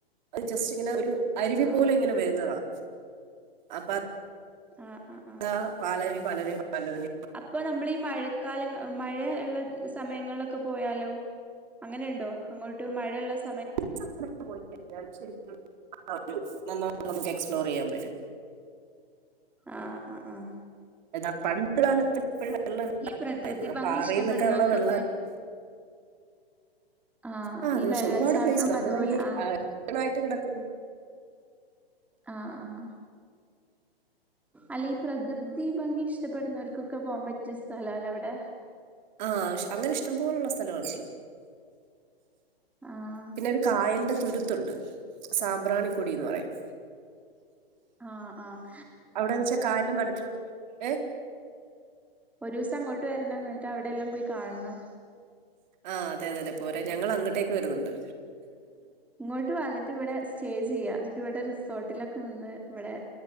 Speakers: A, on the right; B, in the centre.
A: അത് ജസ്റ്റ് ഇങ്ങനെ ഒരു അരുവി
B: ആഹ്
A: പോലെ ഇങ്ങനെ വരുന്നതാണ് അപ്പ
B: ആഹ് ആഹ് ആഹ്
A: ആ പാലറി പാലറി പാലറി
B: അപ്പൊ നമ്മളീ മഴക്കാലം മഴ ഉള്ള സമയങ്ങളിലൊക്കെ പോയാലോ അങ്ങനുണ്ടോ അങ്ങോട്ട് മഴയുള്ള സ്
A: <unintelligible> നമുക്ക് എക്സ്പ്ലോർ ചെയ്യാൻ പറ്റും
B: ആഹ് ആഹ്
A: <unintelligible>
B: ഈ പ്രകൃതി
A: ഉണ്ടായിരുന്നു അപ്പൊ
B: ഭംഗി
A: ആറയിൽ
B: ഇഷ്ടപ്പെടുന്നവർക്കൊക്കെ
A: നിന്നൊക്കെ ഉള്ള വെള്ളം
B: ആഹ്
A: ആ അത്
B: ഈ
A: പക്ഷെ
B: വെള്ളച്ചാട്ടോ
A: ഒരുപാട് പ്ലേസ് നമ്മളെ
B: അതുപോലെ
A: ഈ
B: ആഹ്
A: ആയിട്ട് കിടക്കുന്നു
B: ആഹ് ആഹ് അല്ല ഈ പ്രകൃതി ഭംഗി ഇഷ്ടപ്പെടുന്നവർക്കൊക്കെ പോവാൻ പറ്റിയ സ്ഥല അല്ലേ അവിടെ
A: ആഹ് അങ്ങനെ ഇഷ്ടംപോലുള്ള സ്ഥലവുണ്ട്
B: ആഹ്
A: പിന്നെ ഒരു കായലിന്റെ തുരു ത്തുണ്ട് സാമ്പ്രാണികുടിന്ന് പറയും
B: ആ ആ
A: അവിടെന്ന്ച്ചാ കായാലിന്റെ നട്ക്ക് ഏ
B: ഒരു ദിവസം അങ്ങോട്ട് വരണം എന്നിട്ട് അവിടെല്ലാം പോയി കാണണം
A: ആ അതെ അതെ അതെ പോരെ ഞങ്ങൾ അങ്ങോട്ടേക്ക് വര്ന്ന്ണ്ട്
B: ഇങ്ങോട്ട് വന്നിട്ട് ഇവിടെ സ്റ്റേ ചെയ്യാ ന്നിട്ട് ഇവിടെ റിസോർട്ടിലൊക്കെ നിന്ന് ഇവിടെ